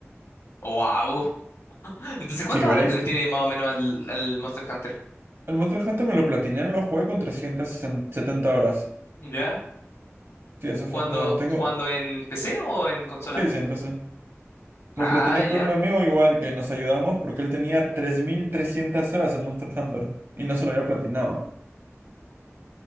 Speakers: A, on the left; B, on the right.
A: ¡Wow! Entonces, ¿cuántas
B: Sí, igual
A: horas
B: leíste.
A: le tiene más o menos al, al Monster Hunter?
B: El Monster Hunter me lo platiné, lo jugué con trescientas setenta horas.
A: ¿Ya?
B: Sí, eso
A: ¿Jugando,
B: fue todo. Tengo...
A: jugando en PC o en consola?
B: Sí, sí, empecé.
A: Ah,
B: Lo platiné
A: ya.
B: con un amigo igual que nos ayudamos porque él tenía 3.300 horas en Monster Hunter y no se lo había platinado.